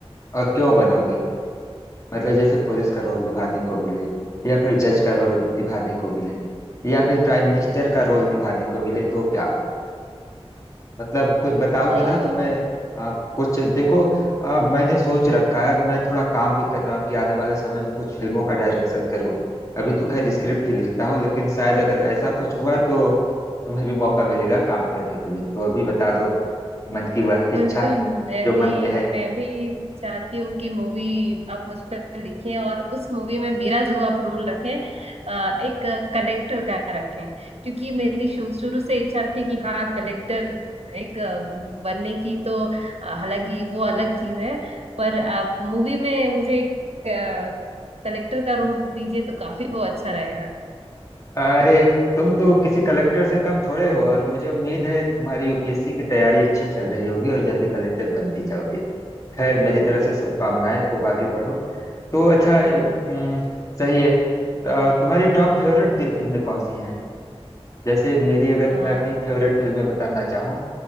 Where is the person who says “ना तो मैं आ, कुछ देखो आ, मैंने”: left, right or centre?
Left